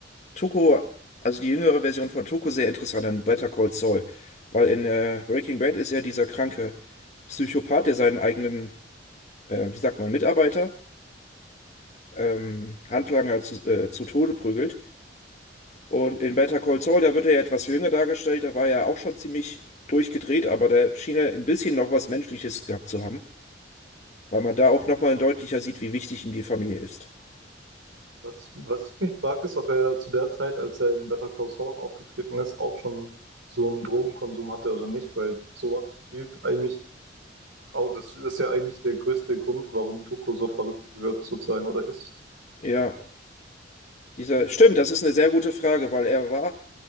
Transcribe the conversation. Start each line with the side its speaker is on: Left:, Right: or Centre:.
Left: Tuco, also die jüngere Version von Tuco, sehr interessant in Better Call Saul. Weil in äh, Breaking Bad ist er dieser kranke Psychopath, der seinen eigenen, äh, wie sagt man, Mitarbeiter ähm, Handlanger zu, äh, zu Tode prügelt. Und in Better Call Saul, da wird er ja etwas jünger dargestellt, da war er auch schon ziemlich durchgedreht, aber da schien er ein bisschen noch was Menschliches gehabt zu haben, weil man da auch nochmal deutlicher sieht, wie wichtig ihm die Familie ist.
Right: Was ich, was ich mich frage, ist, ob er zu der Zeit, als er in Better Call Saul aufgetreten ist, auch schon so einen Drogenkonsum hatte oder nicht, weil sowas spielt eigentlich auch, das ist ja eigentlich der größte Grund, warum Tuco so verrückt wird, sozusagen, oder ist.
Left: Ja, dieser, stimmt, das ist eine sehr gute Frage, weil er war,